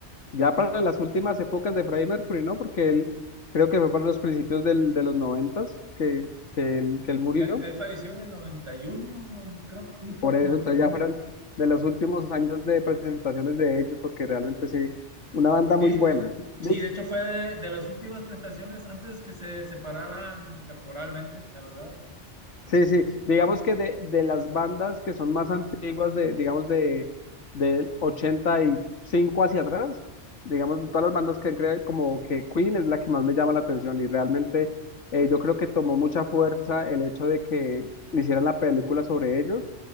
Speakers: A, on the left; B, on the right.
A: Ya
B: Que- y-
A: para las últimas épocas de Freddie Mercury, ¿no? Porque él creo que fue para los principios del, de los noventas que, que él, que él murió.
B: y Él, él falleció en el noventa y uno creo que sí, fue
A: Por
B: en el
A: eso,
B: noventa
A: entonces
B: y uno
A: ya fueron de los últimos años de presentaciones de ellos, porque realmente sí, una banda
B: Sí,
A: muy
B: eh,
A: buena. Di-
B: sí, de hecho fue de, de las últimas presentaciones antes que se separaran temporalmente, la verdad. Este,
A: sí, sí, digamos que de, de las bandas que son más antiguas, de, digamos de, del 85 hacia atrás, digamos de todas las bandas que han creado, como que Queen es la que más me llama la atención y realmente eh, yo creo que tomó mucha fuerza el hecho de que hicieran la película sobre ellos,